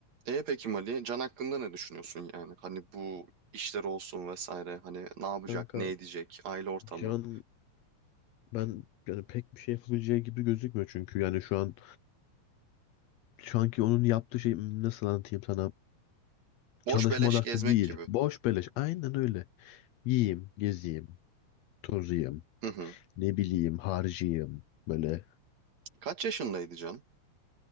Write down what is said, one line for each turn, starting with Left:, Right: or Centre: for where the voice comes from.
Right: E peki Mali, Can hakkında ne düşünüyorsun yani? Hani bu işler olsun vesaire. Hani ne yapacak,
Left: Kanka
Right: ne edecek, aile ortamı.
Left: Can ben yani pek bir şey yapabileceği gibi gözükmüyor çünkü yani şu an şu anki onun yaptığı şey hmm, nasıl anlatayım sana
Right: Boş
Left: çalışma
Right: beleş
Left: odaklı
Right: gezmek
Left: değil
Right: gibi.
Left: boş beleş aynen öyle yiyeyim geziyim tozayım
Right: Hı hı.
Left: ne bileyim harcayayım böyle
Right: Kaç yaşındaydı Can?